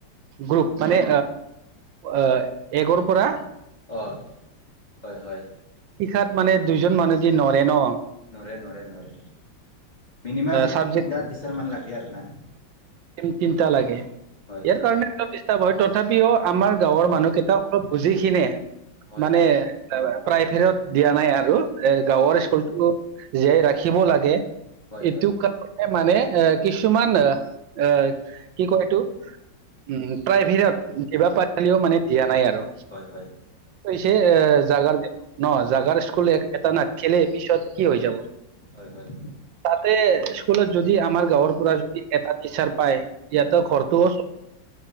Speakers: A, on the right; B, on the left.
A: গ্ৰুপ মানে, এ একৰ পৰা
B: অ হয় হয়।
A: শিখাত মানে দুজন মানুহদি নৰে ন।
B: নৰে-নৰে-নৰে মিনিমাম
A: চাবজেক্ট
B: তিনিটা টিচাৰমান লাগে আৰু না।
A: তিনিটা লাগে।
B: হয়
A: ইয়াৰ কাৰণে অলপ ডিষ্টাৰ্ব হয়, তথাপিও আমাৰ গাঁৱৰ
B: হয়
A: মানুহকেইটা অলপ বুজি কিনে
B: হয়
A: মানে প্ৰাইভেটত দিয়া নাই আৰু,
B: হয়
A: গাঁওৰ
B: হয়
A: জীয়াই ৰাখিব লাগে,
B: হয়
A: এইটো
B: হয়
A: কাৰণে মানে এ কিছুমান অহ কি কয় এইটো উম প্ৰাইভেটত দিবা পাৰিলেও মানে দিয়া নাই আৰু।
B: হয় হয়
A: এ জাগাৰ ন জাগাৰ স্কুল এটা নাতখিলে পিছত কি হৈ যাব।
B: হয় হয়
A: তাতে স্কুলত যদি আমাৰ গাঁওৰ পৰা যদি এটা টচাৰ পায়। ইয়াতে ঘৰটো <unintelligible> হয় নে